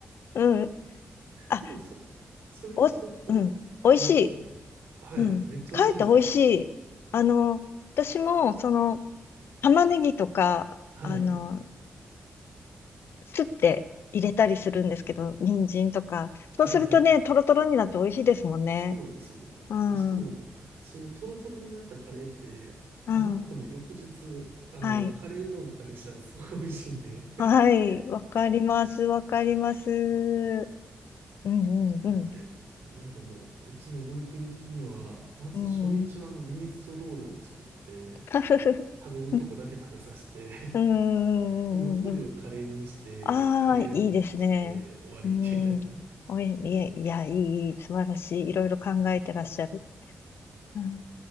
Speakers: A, on the left (about 80°); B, on the right (about 85°).
A: うん。あ、
B: でもそ、それしておくと、
A: お、うん。美味しい。
B: 残っ、はい、
A: うん。
B: めっちゃ美味しいんですよね、
A: かえって美味しい。
B: あれ。
A: あの、私も、その、玉ねぎとか、
B: はい、
A: あの、すって入れたりするんですけど、人参とか。
B: はい、
A: そうするとね、
B: はい。
A: トロトロになって美味しいですもんね。
B: そうなんですよ。
A: うん。
B: で、しかも、そのトロトロになったカレーって、
A: うん。
B: 余っても翌日、あの、
A: はい。
B: カレーうどんとかにしたらすごい美味しいんで。
A: はい。
B: <laughs>
A: わかります。わかります。うんうんう
B: なんで、なんかもう、うちのルーティン的には、まず初日はあのミネストローネを作って、
A: ん。うん。<laughs>
B: 食べるとこだけ食べさせて
A: うんうんうんうん。
B: <laughs> で、残りをカレーにして、
A: ああ、
B: カレーうどんにして、
A: いいですね。
B: 終わりみたいな。
A: うん。おい、いや、いや、いい、いい素晴らしい。いろいろ考えてらっしゃる。うん。